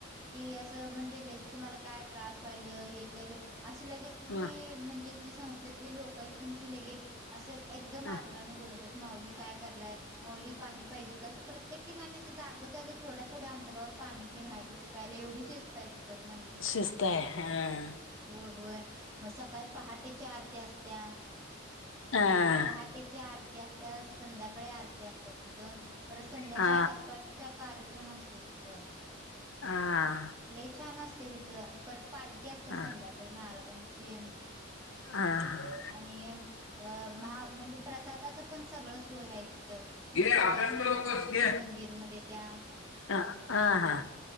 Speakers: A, on the right; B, on the left.
A: कि असं म्हणजे लई तुम्हाला काय त्रास व्हायल, हे केल असं लगेच तिथले
B: हा
A: म्हणजे जे संस्थेतले लोक आहेत पण ती लगे असं एकदम
B: ह
A: आदरानें बोलवतात. माऊली काय करलाय? माऊली पाणी पाहिजे का? असं प्रत्येक ठिकाणी जागोजागी थोड्या थोड्या अंतरावर पाणी तेन आहे तिथे प्यायला. एवढी शिस्त आहे. तिथं मंदिर मध्ये
B: शिस्त आहे हा
A: होय होय. मग सकाळी पहाटेच्या आरती असतीय.
B: हा
A: पहाटेची आरती असती. संध्याकाळी आरती असती तिथं परत संध्याकाळी
B: हा
A: हरिपाठचा कार्यक्रम असतोय. तिथं
B: हा
A: लय छान असते तिथं परत पालखी असतीय
B: हा
A: संध्याकाळी महाराजांची
B: हा हा
A: आणि अ महा म्हणजे प्रसादाचं पण सगळं सोय आहे. तिथ म्हणजे
B: घे
A: सकाळी
B: अभ्यास
A: नाश्ता
B: करू नकोस
A: असतो.
B: घे.
A: मंदिरमध्ये त्या
B: ह हा हा